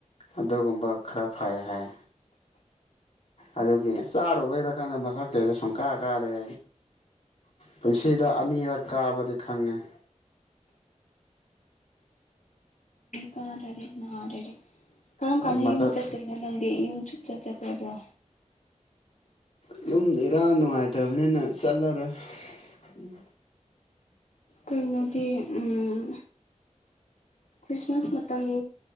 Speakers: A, on the left; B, on the left.
A: ꯑꯗꯨꯒꯨꯝꯕ ꯈꯔ ꯐꯥꯏ ꯍꯥꯏ ꯑꯗꯨꯒꯤ ꯆꯥꯔꯨꯕꯩꯔ ꯈꯡꯗꯦ ꯃꯁꯛ ꯀꯩꯁ ꯁꯨꯡ ꯀꯥ ꯀꯥꯔꯦ ꯄꯨꯟꯁꯤꯗ ꯑꯅꯤꯔꯛ ꯀꯥꯕꯗꯤ ꯈꯪꯉꯦ
B: ꯀꯥꯗꯔꯦ ꯅꯥꯔꯗꯤꯦ ꯀꯔꯝ ꯀꯥꯟꯗ
A: ꯃꯁꯛ
B: ꯌꯨꯝ ꯆꯠꯇꯣꯏꯅꯣ ꯂꯝꯪꯗꯤ ꯌꯨꯝ ꯆꯨꯞꯆꯠ ꯆꯠꯇꯣꯏꯕ꯭ꯔꯣ
A: ꯑ ꯌꯨꯝ ꯏꯔꯥꯡ ꯅꯨꯡꯉꯥꯏꯇꯕꯅꯤꯅ ꯆꯠꯂꯔꯣꯏ ꯎꯝ
B: ꯀꯩꯅꯣꯗꯤ ꯎꯝ ꯈ꯭ꯔꯤꯁꯃꯥꯁ ꯃꯇꯝ